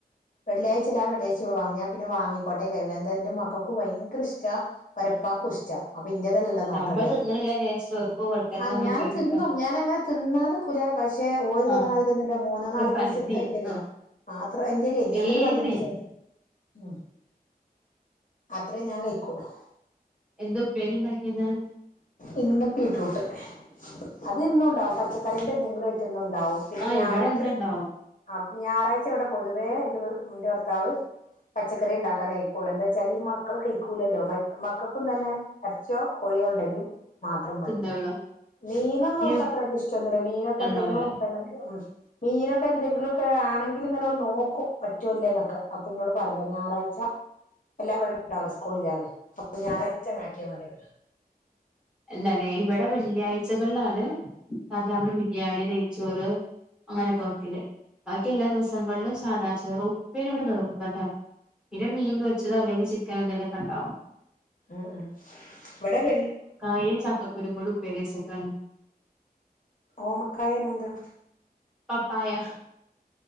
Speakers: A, on the left; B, in the centre.
A: വെള്ളിയാഴ്ചല്ല വെള്ളിയാഴ്ച വാങ്ങിയ പിന്നെ വാങ്ങിയ <unintelligible> എന്റെ മക്കക്ക് ഭയങ്കര ഇഷ്ടാ പരപ്പാക്കും ഇഷ് ച്ച അപ്പൊ ഇൻ്റെതല്ലല്ലോ നോക്കണ്ടത്
B: നമ്മൾ തിന്നണില്ല വിചാരിച്ചിട്ട് ഓർക്കും കൊടുക്കാതിരിക്കാൻ
A: ആ
B: പറ്റൂലല്ലോ
A: ഞാനും തിന്നും ഞാനാങ്ങനെ തിന്നതെനിക്കൂല്ലാ പശെ ഓര് തിന്നമാതിരി
B: ആഹ്
A: മൂന്നോ നാലോ
B: ഒരു പരിധി
A: പീസ് എടുത്ത് യിന്റെകൈഞ്ഞി
B: ആഹ്
A: ആ അത്ര എന്റെ കഴിഞ്ഞി
B: പേരിന്
A: അതിന്നേ മതി എനക്ക് ചേറ് ഉം അത്രേ ഞാൻ കഴിക്കോളു
B: എന്തു ഉപ്പേരിയുണ്ടാക്കിന്നാ
A: ഇന്ന് ബീട്ട്യുട്ട് അതയെന്നും ഒണ്ടാവും പച്ചക്കറിൻ്റെ എന്തെങ്കിലും ഐറ്റം എന്നുമൊണ്ടാകും ണ്ടാവും പിന്നെ
B: ആഹ്
A: ഞായറാഴ്ച
B: ഇവിടെ ഇന്ന് ഉണ്ടാവും
A: ആ ഞായറാഴ്ച ഇവിടെ പൊതുവേ എന്റെ എന്റെ ഭർത്താവ് പച്ചക്കറി ഉണ്ടാക്കാനായിക്കുള്ളൂ എന്താ വെച്ചാല് ഈ മക്കൾ കഴിക്കൂലല്ലോ മ മക്കൾക്കും തന്നെ എർച്ചിയോ കോഴിയോ ണ്ടങ്കിൽ മാത്രം മതി
B: തിന്നോളൂ
A: മീനൊന്നും
B: ഇനി
A: അവൾക്ക് അത്ര വല്യ ഇഷ്ടൊന്നുമില്ല മീനൊക്കെ എന്തെങ്കിലും
B: ഉണ്ടാവൂല
A: ഒക്കെയുണ്ടെങ്കിൽ ഉം മീനൊക്കെ എന്തെങ്കിലുമൊക്കെ ആണെങ്കിലും ഇങ്ങനെ നോക്കും പറ്റൊല്ലേ എന്നൊക്കെ അപ്പന്നോട് പറയല്ല ഞായറാഴ്ച എല്ല ഇവിടേ ഉണ്ടാവും സ്കൂള് ഇല്ലാതെ അപ്പൊ ഞായറാഴ്ച തന്നെ ആക്കി <unintelligible>
B: എന്താണ് ഇവിടെ വെള്ളിയാഴ്ചകളിലാണ് സാധാരണ ബിരിയാണി നെയ്ച്ചോറ് അങ്ങനെയൊക്കെ വെയ്ക്കല് ബാക്കി എല്ലാ ദിവസങ്ങളിലും സാദാ ചോറ് ഉപ്പേരി ഇവിടെ നിർബന്ധാണ് പിന്നെ മീൻ പൊരിച്ചതോ അല്ലെങ്കിൽ ചിക്കൻ എന്തെങ്കിലുമൊക്കെ ണ്ടാവും
A: ആ ആ ഇവിടെ വെള്ളി
B: <unintelligible> ചക്കകുരൂം കൂടെ ഉപ്പേരി വെച്ചേക്കാണ്
A: ഓമക്കായെന്നു എന്താ
B: പപ്പായ